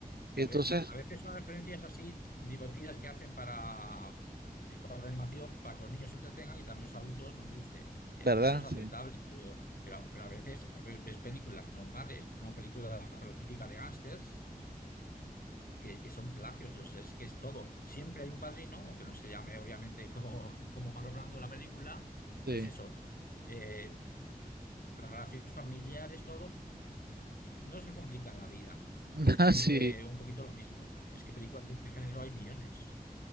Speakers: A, on the left (about 65°); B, on the right (about 85°).
A: Que
B: Y
A: a,
B: entonces,
A: ve- a- a veces son referencias así divertidas que hacen para películas de animación, para que los niños se entretengan y también los adultos nos guste. Y
B: ¿verdad?
A: a- Eso es aceptable,
B: Sí,
A: pero, pero, pero a veces a ve- ves películas normales, una película pero típica de gángsters que, que son plagios, o sea, es que es todo. Siempre hay un padrino, aunque no se llame obviamente como, <laughs> como Marlon Brando en la película,
B: sí.
A: pero es eso. Eh, las relaciones familiares, todo, no se complica en la vida.
B: <laughs>
A: Es
B: Ah,
A: siempre
B: Sí,
A: un poquito lo mismo. Es que películas de este género hay millones.